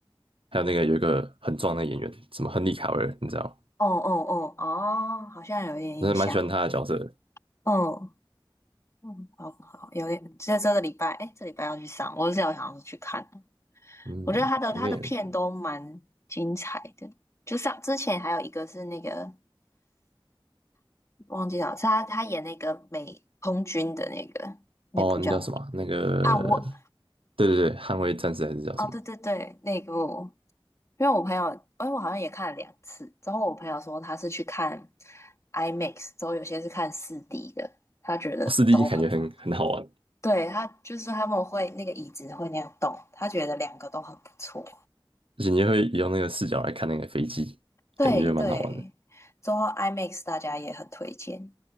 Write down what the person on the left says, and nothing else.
哦哦哦哦，好像有点印象。
嗯嗯，好好，有点，这这个礼拜，哎，这礼拜要去上，我是有想要去看
我觉得他的他的片都蛮精彩的，
就像之前还有一个是那个忘记了，是他他演那个美空军的那个那部叫汉么
捍卫
哦，对对对，那个因为我朋友，哎，我好像也看了两次。之后我朋友说他是去看 IMAX，之后有些是看四 d 的，他觉得都很棒。
对，他就是他们会那个椅子会那样动，他觉得两个都很不错。
对对，
之后 IMAX 大家也很推荐，